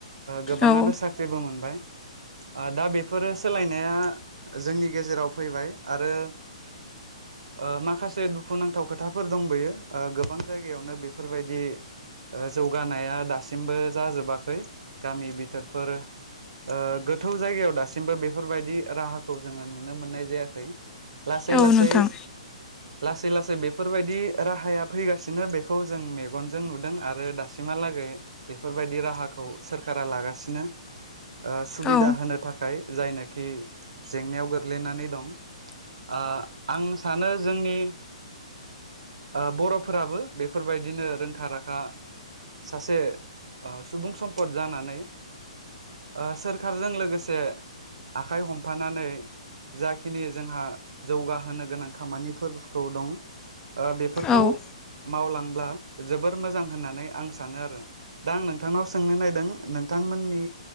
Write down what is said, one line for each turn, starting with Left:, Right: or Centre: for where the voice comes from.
Right: गोबाङानो
Left: औ
Right: साख्रिबो मोनबाय। आ दा बेफोरो सोलायनाया जोंनि गेजेराव फैबाय आरो <inaudible> ओ माखासे दुखुनांथाव खोथाफोर दंबोयो गोबां जायगायावनो बेफोरबायदि ओ जौगानाया दासिमबो जाजोबाखै गामि बिथोरफोर ओ गोथौ जायगायाव दासिमबो बेफोरबायदि राहाखौ जोङो नुनो मोननाय जायाखै। लासै
Left: औ
Right: लासै
Left: नोंथां
Right: लासै लासै बेफोरबायदि राहाया फैगासिनो बेखौ जों मेगनजों नुदों आरो दासिम सिमहालागै बेफोरबायदि राहाखौ सोरखारा लागासिनो। ओ सुबिदा
Left: औ
Right: होनो थाखाय जायनोखि जेंनायाव गोग्लैनानै दं। आ आं सानो जोंनि ओ बरफोराबो बेफोरबायदिनो रोंखा राखा सासे ओ सुबुं सम्पद जानानै ओ सोरखारजों लोगोसे आखाइ हमफानानै जाखिनि जोंहा जौगाहोनो गोनां खामानिफोरखौ दं। बो बेफोरखौ
Left: औ
Right: मावलांब्ला जोबोर मोजां होननानै आं सानो आरो दा आं नोंथांनाव सोंनो नायदों नोंथांमोननि